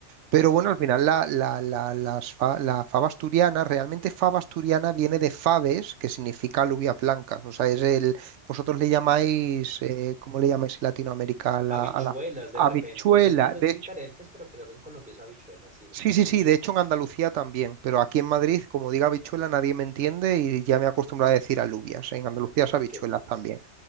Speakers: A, on the right (about 80°); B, in the centre.
A: Pero
B: sí.
A: bueno, al final la, la, la, las fa- la fava asturiana, realmente fava asturiana viene de faves, que significa alubias blancas. O sea, es el, vosotros le llamáis, eh, ¿cómo le llamáis en Latinoamérica? A la,
B: habichuelas
A: a la
B: de
A: habichuela.
B: repente. Tienen nombres
A: De
B: diferentes,
A: hecho,
B: pero creo que en Colombia es habichuelas, sí, las
A: sí,
B: alubias.
A: sí, sí, de hecho
B: <laughs>
A: en Andalucía también, pero aquí en Madrid, como diga habichuela, nadie me entiende y ya me he acostumbrado a decir alubias. En Andalucía es
B: Ok,
A: habichuelas también.